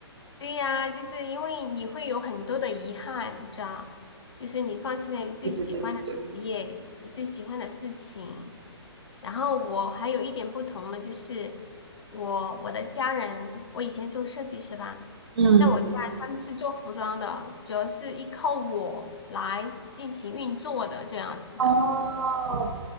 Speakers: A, on the left; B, on the right.
A: 对呀，就是因为你会有很多的遗憾，你知道，就是你放弃了你最喜欢的职业，
B: 对对对对对，
A: 你最喜欢的事情。然后我还有一点不同的就是，我我的家人，我以前做设计师吧，
B: 嗯，
A: 那我家他们是做服装的，主要是依靠我来进行运作的这样子的，
B: 哦，